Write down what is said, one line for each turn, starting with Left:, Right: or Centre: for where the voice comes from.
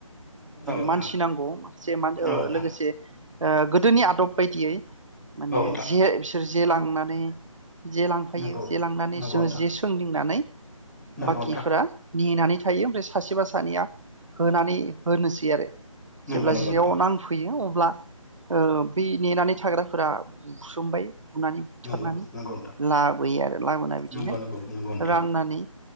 Centre: औ नोंथां
Right: मानसि नांगौ माखासे
Centre: औ नोंथां
Right: लोगोसे गोदोनि आदब बायदियै माने
Centre: औ नोंथां
Right: जे बिसोर जे लांनानै नै जे लांफायो
Centre: नंगौ
Right: जे लांनानै
Centre: नंगौ
Right: जों
Centre: नोंथां
Right: जे सोंदिंनानै
Centre: नंगौ
Right: बाखिफोरा
Centre: नोंथां
Right: नेनानै थायो ओमफ्राय सासेबा सानैया होनानै होनोसै आरो
Centre: नंगौ
Right: जेब्ला
Centre: नंगौ
Right: जियाव
Centre: नोंथां
Right: नांफैयो अब्ला ओ बे नेनानै थाग्राफोरा बुसोमबाय बुनानै बुथारनानै
Centre: नंगौ नंगौ नोंथां
Right: लाबोयो आरो लाबोना बिदिनो
Centre: नंगौ नंगौ नंगौ नोंथां
Right: राननानै